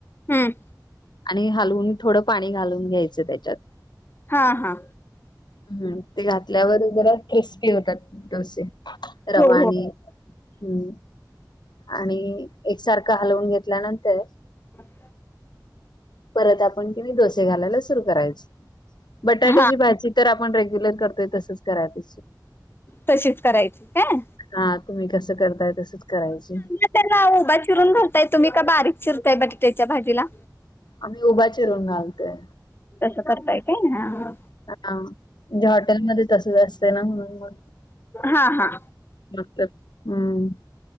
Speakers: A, on the left (about 30°); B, on the left (about 80°).
A: हम्म.
B: आणि हलवून थोडं पाणी घालून घ्यायचं त्याच्यात
A: हा हा.
B: हम्म ते घातल्यावर जरा क्रिस्पी होतात डोसे रवाणी
A: हो हो
B: हम्म. आणि एकसारखं हलवून घेतल्यानंतर
A: मत
B: परत आपण दडोसे घालायला सुरू करायचे बटाट्याची
A: हा
B: भाजी तर आपण रेग्युलर करतोय तसच करा त.
A: तशीच करायची काय
B: हा तुम्ही कसं करताय तसच करायचे.
A: त्यां उभा चिरून रताय तुम्ही का बारीक चिरताय बटाट्याच्या भाजीला.
B: आमही उभ्या चिरून घालते.
A: तसं करताय काय ह.
B: हा म्हणजे हॉटेलमध्येध्ये तसच असत ना म्हणून मग.
A: हा हा.
B: हम्